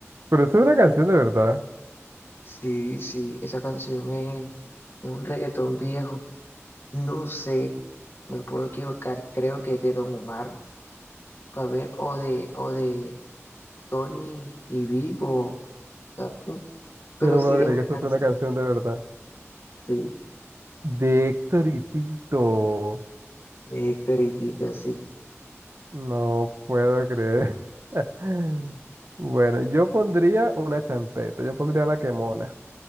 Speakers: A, on the right; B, on the left.
A: Pero eso es una canción de verdad.
B: Sí, sí, esa canción es, es un reggaetón viejo. No sé, me puedo equivocar. Creo que es de Don Omar. A ver, o de, o de Tony y Vivo. o sea, un- Pero
A: Yo no
B: sí,
A: puedo creer
B: es una
A: que eso
B: canción.
A: sea una canción de verdad.
B: Sí,
A: De Héctor y Tito.
B: de Héctor y Tito, sí.
A: No puedo creer. <laughs> Bueno, yo pondría una champeta, yo pondría la quemona.